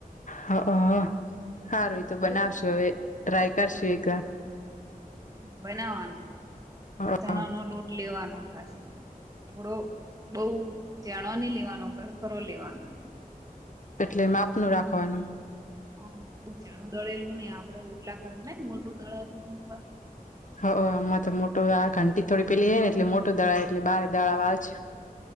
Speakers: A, on the left; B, on the right.
A: હઅ હારું એ તો
B: બરોબર
A: બનાવશો હવે ટ્રાય કરશું એક વાર
B: બનાવાનો
A: હ
B: ચણા નો લોટ લેવાનો પાસે થોડો બઉ જેણો ની લેવાનો ખરખરો લેવાના
A: એટલે માપનું રાખવાનું
B: હા બહ ચણું દળેલું ને આપડે રટલા ખર મોટું દળે હતું અમુક વાર
A: હ આમાં તો મોટું આ ઘંટી થોડી પેલી ને એટલે મોટું દળાવ એટલે બાર દળા વાજ